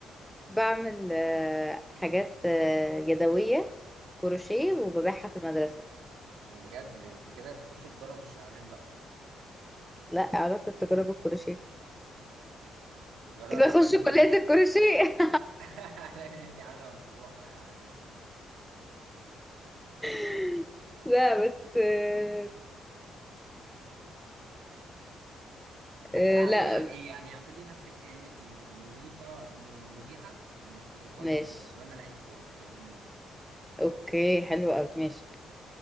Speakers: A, in the centre; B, on the right.
A: بعمل آه، حاجات آه، يدوية كروشيه وببيعها في المدرسة
B: بجد ده انتي كده تخش تجارة مش اعلان بقى
A: لا علاقة التجارة بالكروشيه
B: الت- التجارة
A: كده اخش
B: ان انتي
A: كلية
B: بتاع
A: الكروشيه
B: <laughs> على ان انتي عاملة مشروع يا خف
A: <laughs> لا بس آه،
B: هتعلمي
A: آه، لا
B: عن ايه يعني اعملي نفسك كأنك مز- مذيفة م- مذيعة ومستضيفاني
A: ماشي
B: دلوقتي وانا لعيب كورة كلميني يلا
A: اوكي حلو قوي ماشي